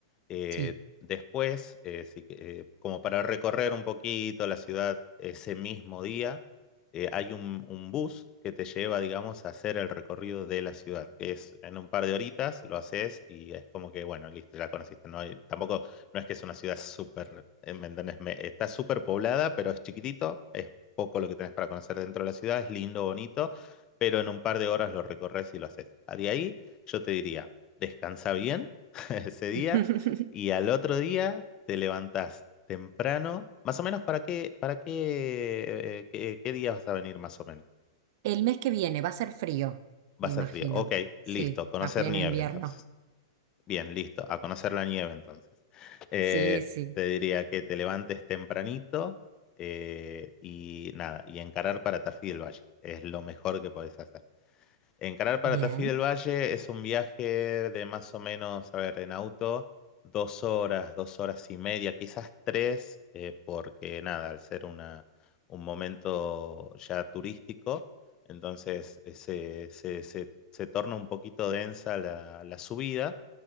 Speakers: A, on the left; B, on the right.
A: Eh,
B: Sí.
A: después, eh, si que- eh, como para recorrer un poquito la ciudad ese mismo día, eh, hay un, un bus que te lleva, digamos, a hacer el recorrido de la ciudad, que es en un par de horitas, lo haces y es como que, bueno, listo, ya conociste. No hay- tampoco, no es que es una ciudad súper, eh, ¿me entendés? Me- está súper poblada, pero es chiquitito, es poco lo que tenés para conocer dentro de la ciudad, es lindo, bonito, pero en un par de horas lo recorres y lo haces. De ahí, yo te diría, descansa bien <laughs> ese día.
B: <laughs>
A: Y al otro día te levantás temprano. Más o menos, ¿para qué, para qué, eh, qué, qué día vas a venir más o menos?
B: El mes que viene va a ser frío, me
A: Va a
B: imagino.
A: ser frío. Ok,
B: Sí,
A: listo. Conocer
B: a pleno
A: nieve
B: invierno.
A: entonces. Bien, listo. A conocer la nieve entonces. Eh,
B: Sí, sí.
A: te diría que te levantes tempranito eh, y nada, y encarar para Tafí del Valle. Es lo mejor que podés hacer. Encarar para
B: Bien,
A: Tafí del Valle es un viaje de más o menos, a ver, en auto, dos horas, dos horas y media, quizás tres, eh, porque nada, al ser una, un momento ya turístico, entonces eh, se, se- se- se torna un poquito densa la, la subida,